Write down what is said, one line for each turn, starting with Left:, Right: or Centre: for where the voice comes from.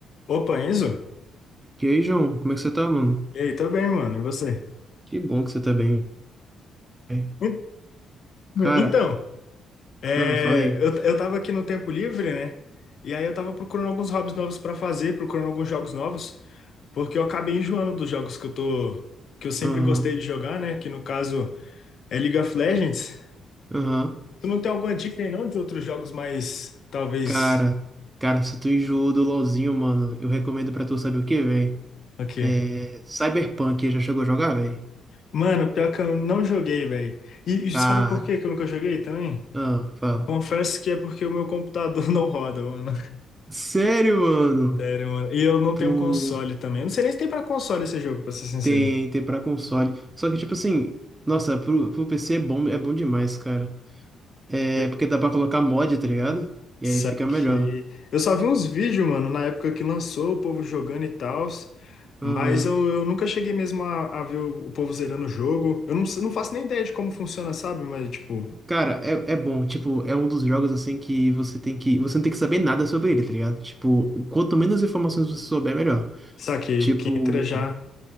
Left: Opa, Enzo?
Right: E aí, João, como é que você tá, mano?
Left: E aí, tô bem, mano. E você?
Right: Que bom que você tá bem, velho.
Left: En-
Right: Cara,
Left: Então, é,
Right: ah, falei.
Left: eu, eu tava aqui no tempo livre, né? E aí eu tava procurando alguns hobbies novos pra fazer, procurando alguns jogos novos, porque eu acabei enjoando dos jogos que eu tô, que eu sempre
Right: Aham,
Left: gostei de jogar, né? Que no caso é League of Legends.
Right: aham.
Left: Tu não tem alguma dica aí não de outros jogos mais, talvez,
Right: Cara, cara, se tu enjoou do LoLzinho, mano, eu recomendo pra tu saber o que, velho?
Left: o quê?
Right: É. Cyberpunk, já chegou a jogar, velho?
Left: Mano, pior que eu não joguei, velho. E, e
Right: Cara,
Left: sabe por que que eu nunca joguei também?
Right: ah, fala.
Left: Confesso que é porque o meu computador <laughs> não roda, mano.
Right: Sério, mano?
Left: Sério, mano. E eu não
Right: Pô,
Left: tenho console também. Eu não sei nem se tem pra console esse jogo, pra ser sincero.
Right: tem, tem pra console. Só que, tipo assim, nossa, pro, pro PC é bom, é bom demais, cara. É,
Left: Eu
Right: porque dá pra colocar mod, tá ligado? E
Left: saquei.
Right: aí fica melhor.
Left: Eu só vi uns vídeos, mano, na época que lançou, o povo jogando e tal. Mas
Right: Aham.
Left: eu, eu nunca cheguei mesmo a, a ver o, o povo zerando o jogo. Eu não, s- não faço nem ideia de como funciona, sabe? Mas, tipo,
Right: Cara, é, é bom, tipo, é um dos jogos assim que você tem que. Você não tem que saber nada sobre ele, tá ligado? Tipo, quanto menos informações você souber, melhor.
Left: saquei.
Right: Tipo,
Left: Quem entra já